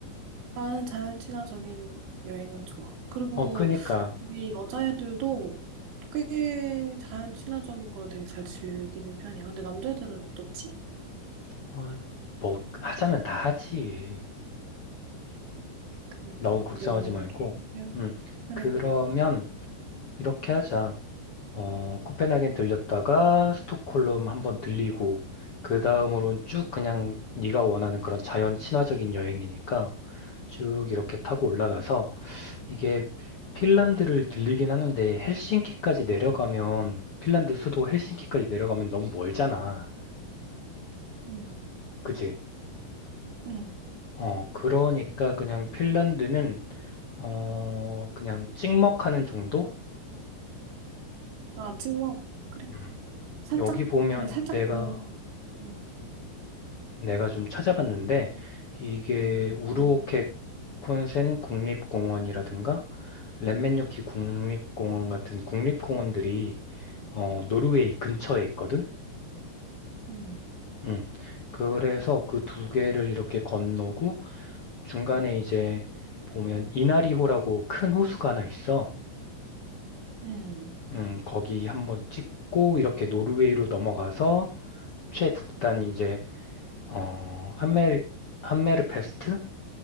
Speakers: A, on the right (about 90°); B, on the left (about 70°).
A: 나는 자연 친화적인 여행은 좋아. 그리고
B: 어, 그니까
A: 우리 여자애들도 꽤 자연 친화적인 걸 되게 잘 즐기는 편이야. 근데 남자애들은 어떻지?
B: 어, 뭐 하자면 다 하지.
A: 그러니까
B: 너무 걱정하지
A: 우리가 얼른
B: 말고.
A: 계획을 세워.
B: 음,
A: 그래,
B: 그러면
A: 그래.
B: 이렇게 하자. 어, 코펜하겐 들렸다가 스톡홀름 한번 들리고 그 다음으로는 쭉 그냥
A: 응,
B: 네가 원하는 그런 자연 친화적인 여행이니까 쭉 이렇게 타고 올라가서 이게 핀란드를 들리긴 하는데 헬싱키까지 내려가면 핀란드 수도 헬싱키까지 내려가면 너무 멀잖아.
A: 응,
B: 그지?
A: 응.
B: 어, 그러니까 그냥 핀란드는 어, 그냥 찍먹하는 정도?
A: 아, 찍먹. 그래.
B: 음.
A: 살짝,
B: 여기 보면
A: 그냥 살짝
B: 내가
A: 보고. 응,
B: 내가 좀 찾아봤는데 이게 우르오케
A: 응,
B: 콘센 국립공원이라든가 렛면요키 국립공원 같은 국립공원들이 어, 노르웨이 근처에 있거든.
A: 응,
B: 음. 그래서 그 두 개를 이렇게 건너고 중간에 이제 보면 이나리호라고 큰 호수가 하나 있어.
A: 응.
B: 음, 거기 한번 찍고 이렇게 노르웨이로 넘어가서 최북단 이제 어, 한멜 함메르페스트